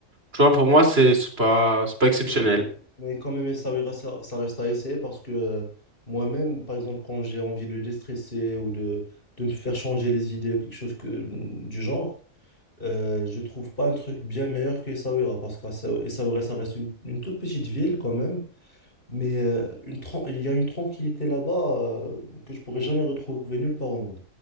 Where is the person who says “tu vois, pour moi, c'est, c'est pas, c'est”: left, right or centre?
Right